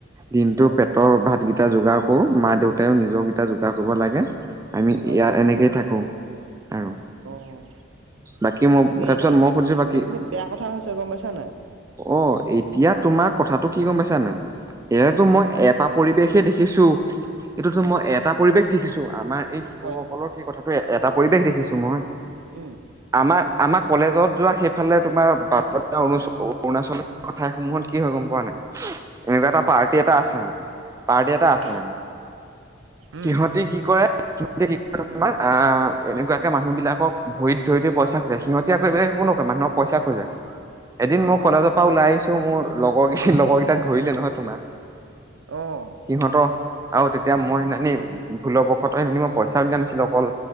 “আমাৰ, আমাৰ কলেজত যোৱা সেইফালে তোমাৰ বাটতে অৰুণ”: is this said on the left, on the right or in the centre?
Right